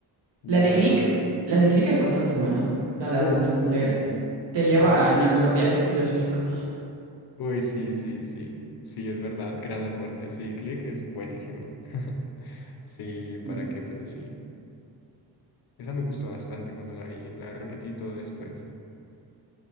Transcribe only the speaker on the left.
Ya.
Uf,
uy, sí.
Wow,
Uy, sí, sí, sí. Sí, es verdad. Gran aporte. Sí, Click es buenísima. <laughs> Sí,
¿para qué? Pero sí. Esa me gustó bastante cuando la vi. La repetí todo después.